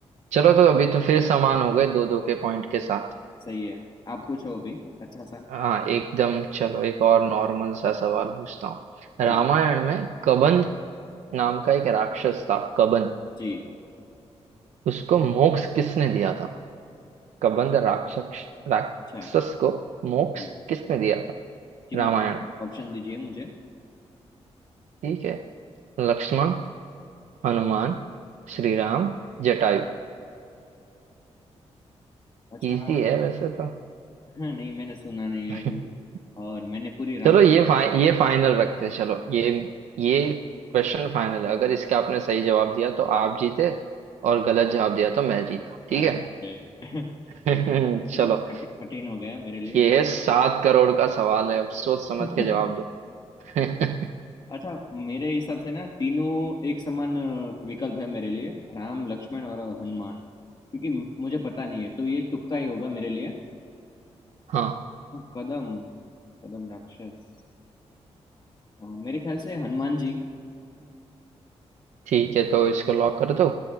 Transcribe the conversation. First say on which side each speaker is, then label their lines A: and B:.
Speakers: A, on the right (about 85°); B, on the left (about 35°).
A: चलो तो अभी तो फिर समान हो गए दो दो के पॉइंट के साथ
B: सही है आप पूछो अभी अच्छा सा
A: हाँ एकदम चलो एक और नॉर्मल सा सवाल पूछता हूँ
B: जी
A: रामायण में कबंध नाम का एक राक्षस था कबंध
B: जी
A: उसको मोक्ष किसने दिया था कबंध राक्षस राक्षस
B: अच्छा
A: को मोक्ष
B: जी
A: किसने दिया था
B: जी
A: रामायण
B: मुझे
A: में।
B: ऑप्शन दीजिए मुझे
A: ठीक है लक्ष्मण हनुमान
B: जी।
A: श्री राम जटायु
B: अच्छा
A: इजी है वैसे तो
B: हाँ नहीं मैंने सुना नहीं है
A: <laughs>
B: ये और मैंने पूरी रामायण
A: चलो ये फाइ, ये फाइनल रखते हैं चलो ये ये क्वेश्चन फाइनल है अगर इसका आपने सही जवाब दिया तो आप जीते और गलत जवाब दिया तो मैं जीता ठीक
B: अरे बाप रे <laughs>
A: है
B: ये तो
A: <laughs> चलो
B: थोड़ा कठिन कठिन हो गया मेरे
A: ये है सात करोड़ का सवाल है अब सोच समझ
B: लिए
A: के जवाब
B: <laughs>
A: दो <laughs>
B: अच्छा मेरे हिसाब से ना तीनों एक समान अ, विकल्प है मेरे लिए राम लक्ष्मण और हनुमान क्योंकि म- मुझे पता नहीं है तो ये तुक्का ही होगा मेरे लिए अ,
A: हाँ
B: कदम कदम राक्षस अ, मेरे ख्याल से हनुमान जी
A: ठीक है तो इसको लॉक कर दो